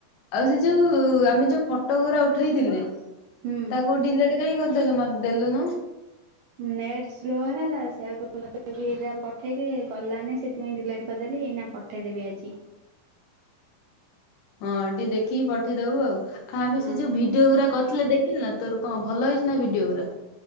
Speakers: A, on the left (about 75°); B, on the right (about 75°).
A: ଆଉ ସେ ଯୋଉ ଆମେ ଯୋଉ ଫଟ ଗୁରା ଉଠେଇଥିଲେ
B: ହୁଁ
A: ତାକୁ ଡିଲେଟ୍ ଏ କାଇଁ କରିଦେଲୁ ମତେ ଦେଲୁନୁ?
B: ନେଟ୍ ସ୍ଲୋ ହେଲା ସେଇଆକୁ କହିଲି ଏରା ପଠେଇଦିଏ ଗଲାନି। ସେଥିପାଇଁ ଡିଲେଟ୍ କରିଦେଲି। ଏଇନା ପ ପଠେଇ ଦେବି ଆଜି।
A: ହଁ ଟିକିଏ ଦେଖିକି ପଠେଇଦବୁ ଆଉ। ଆମେ
B: ହଁ
A: ସେ ଯୋଉ ଭି ଯୋଉ ଗୁରା କରିଥିଲେ ଦେଖିଲୁ ନା। ତୋର କଣ ଭଲ ହେଇଚି ନା ଭିଡିଓ ଗୁରା?